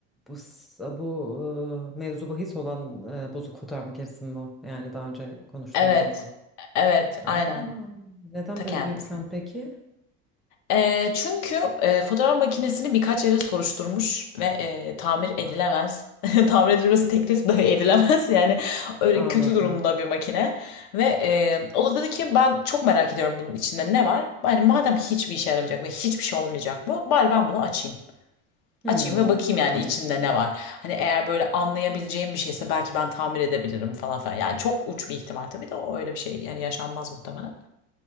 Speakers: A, in the centre; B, on the left.
A: bu s- bu e, mevzu bahis olan e, bozuk fotoğraf makinesi mi bu? Yani daha önce konuştuğumuz
B: Evet,
A: anlattım.
B: evet,
A: Aa,
B: aynen.
A: neden
B: Ta
A: böyle
B: kendisi.
A: bir plan peki?
B: E, çünkü e, fotoğraf makinesini birkaç yere soruşturmuş ve e, tamir
A: Hı,
B: edilemez. <laughs> Tamir edilmesi teklif dahi edilemez. <laughs> Yani öyle
A: Anladım.
B: kötü durumda bir makine. Ve e, o da dedi ki ben çok merak ediyorum bunun içinde ne var. Yani madem hiçbir işe yaramayacak ve hiçbir şey olmayacak bu. Bari ben bunu açayım.
A: Hı,
B: Açayım ve bakayım yani
A: anladım.
B: içinde ne var. Hani eğer böyle anlayabileceğim bir şeyse belki ben tamir edebilirim falan filan. Yani çok uç bir ihtimal tabii de o öyle bir şey yani yaşanmaz muhtemelen.